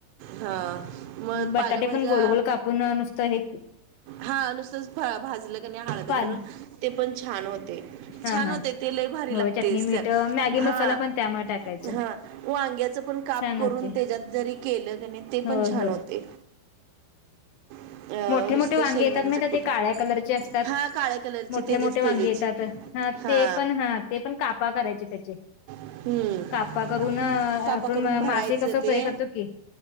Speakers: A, on the right; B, on the left.
A: हा मग
B: बटाटे
A: पालभज्या
B: पण गोलगोल कापून नुसतं हे
A: हा नुसतंच फळ्या भाजलं क नाही हळद
B: पाणी
A: घालून ते पण छान हो ते
B: हा
A: छान
B: हा
A: होते ते लय भारी
B: हो
A: लागतेस
B: चटणी मीठ
A: त्या
B: मॅगी
A: हा.
B: मसाला पण त्यामुळे टाकायचं
A: हा वांग्याच पण काप
B: छान
A: करून
B: होते
A: त्याच्यात जरी केल की नाही ते
B: होय
A: पण छान
B: होय
A: होते. अ
B: मोठे
A: नुसतं
B: मोठे वांगे
A: शेंगदाण्याचं
B: येतात माहिते
A: कुट
B: ते काळ्या कलरचे असतात
A: हा काळ्या कलरचे
B: मोठे
A: तेजेच
B: मोठे वांगे
A: तेजेच
B: येतात. हां
A: हा
B: ते पण हां ते पण कापा करायचे त्याचे.
A: हम्म.
B: कापा करून आपण
A: कापा करून भरायचं
B: मासे कस
A: ते
B: प्रय करतो की.